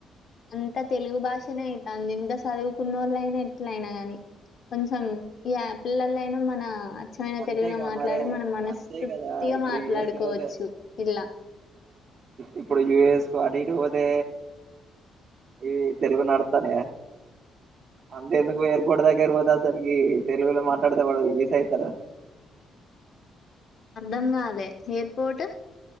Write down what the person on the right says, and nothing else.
అంతేగా
మరే
అంతే కదా ఇప్పుడు
యుఎస్ పోతే
ఇప్పుడు యుఎస్ కు అటు ఇటు పోతే ఇవి తెలుగు నడతానయా అంతెందుకు ఎయిర్పోర్ట్ దగ్గర పోతే అసలుకి తెలుగులో మాట్లాడితే వాడు వీసా ఇస్తాడా